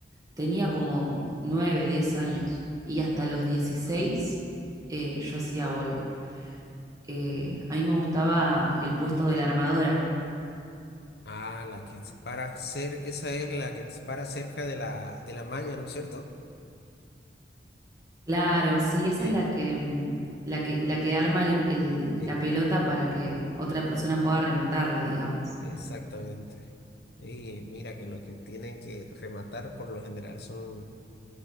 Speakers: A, on the right (about 20°); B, on the left (about 65°).
A: Tenía como 9 10 años y hasta los 16 eh, yo hacía vóley. Eh, a mí me gustaba el puesto de la armadora.
B: Ah, la que se para ser, esa es la que te para cerca de la, de la malla, ¿no es cierto?
A: Claro, sí, esa
B: Sí,
A: es la que, mm, la que, la que arma el- el-
B: el,
A: la pelota para que otra persona pueda rematarla, digamos.
B: exactamente. Y mira que lo que tienen que rematar por lo general son,